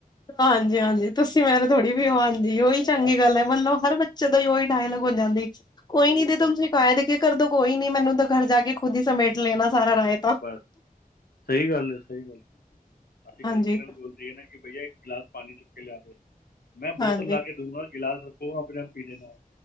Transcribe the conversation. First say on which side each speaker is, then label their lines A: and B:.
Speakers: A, on the left (about 25°); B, on the left (about 85°).
A: ਹਾਂਜੀ- ਹਾਂਜੀ। ਤੁਸੀਂ ਮੇਰੇ ਥੋੜ੍ਹੀ ਵੀ ਉਹ ਆਉਂਦੀ, ਉਹੀ
B: ਆਹ,
A: ਚੰਗੀ ਗੱਲ ਹੈ, ਮਤਲਬ ਹਰ ਬੱਚੇ ਦਾ ਹੀ ਉਹੀ ਡਾਇਲੋਗ ਹੋ ਜਾਂਦੀ। ਕੋਈ
B: ਉਹੀ
A: ਨੀ
B: ਉਹ
A: ਤੇ
B: ਟਾਈਮ
A: ਸ਼ਿਕਾਇਤ ਕੇ ਕਰਦੋ, ਕੋਈ ਨੀ ਮੈਨੂੰ ਤਾਂ ਘਰ ਜਾ ਕੇ ਖੁਦ ਹੀ ਸਮੇਟ ਲੈਣਾ ਸਾਰ ਰਾਏ।
B: ਬਸ ਸਹੀ ਗੱਲ ਹੈ, ਸਹੀ ਗੱਲ। ਅਸੀਂ
A: ਹਾਂਜੀ
B: ਗਲਤੀ ਨਾਲ ਬੋਲਦੇ, ਏ ਨਾ ਕਿ ਬਈਆ ਇੱਕ ਗਿਲਾਸ ਪਾਣੀ ਚੁੱਕ ਕੇ ਲਿਆ ਦੇ। ਮੈਂ ਬੋਤਲ
A: ਹਾਂਜੀ
B: ਲਾ ਕੇ ਦੂਗਾ ਗਿਲਾਸ ਰੱਖੋ, ਆਪਣੇ ਆਪ ਪੀ ਲੈਣਾ,